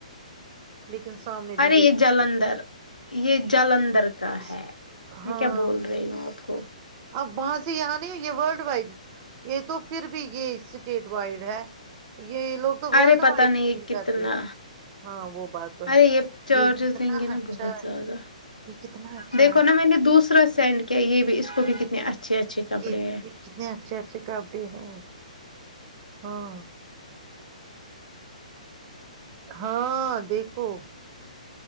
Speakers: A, on the right; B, on the left.
A: لیکن سامنے بھی
B: ارے
A: یہی
B: یہ جلندھر
A: ہونا چاہیے
B: یہ جلندر کا
A: اس-
B: ہے میں
A: ہاں
B: کیا بول رہی ہوں آپ کو
A: اب وہاں سے یہاں نہیں یہ ورلڈ وائڈ یہ تو پھر بھی یہ اسٹیٹ وائڈ ہے یہ لوگ تو ورلڈ
B: ارے پتا
A: وائڈ شاپنگ
B: نہیں کتنا
A: کرتے ہیں ہاں وہ بات تو
B: ارے
A: ہے
B: یہ چارجز
A: یہ کتنا
B: لیں گے نا
A: اچھا
B: بہت
A: ہے
B: زیادہ
A: یہ کتنا اچھا
B: دیکھو
A: ہے
B: نا میں نے دوسرا سینڈ کیا یہ بھی اس کو بھی کتنے اچھے اچھے
A: اس
B: کپڑے
A: کے اتنے-
B: ہیں
A: کتنے اچھے اچھے کاپی ہیں ہاں ہاں دیکھو